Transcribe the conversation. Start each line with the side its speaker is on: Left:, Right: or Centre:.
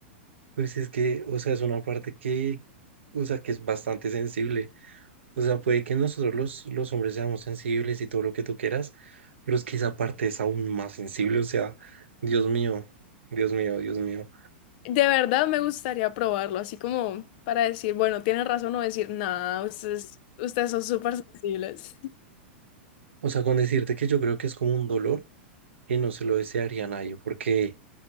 Right: Pues es que, o sea, es una parte que, o sea, que es bastante sensible. O sea, puede que nosotros los, los hombres seamos sensibles y todo lo que tú quieras, pero es que esa parte es aún más sensible. O sea, Dios mío, Dios mío, Dios mío.
Left: De verdad me gustaría probarlo, así como para decir, bueno, tienen razón o decir, nada, ustedes, ustedes son súper sensibles. <laughs>
Right: O sea, con decirte que yo creo que es como un dolor que no se lo desearía a nadie, porque